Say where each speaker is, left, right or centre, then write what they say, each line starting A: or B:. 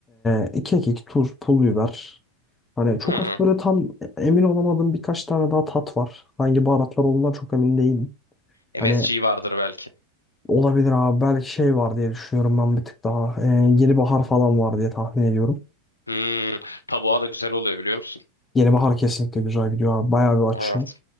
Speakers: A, on the left; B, on the left.
A: e, iki kekik, tuz, pul biber. Hani çok
B: Hı hı.
A: hafif böyle tam emin olamadığım birkaç tane daha tat var. Hangi baharatlar olduğundan çok emin değilim.
B: MSG
A: Hani
B: vardır belki.
A: olabilir abi belki şey var diye düşünüyorum ben bir tık daha. E, yeni bahar falan var diye tahmin ediyorum.
B: Hmm, tavuğa da güzel oluyor biliyor musun?
A: Yeni bahar kesinlikle güzel gidiyor abi. Bayağı bir
B: Evet.
A: açıyor.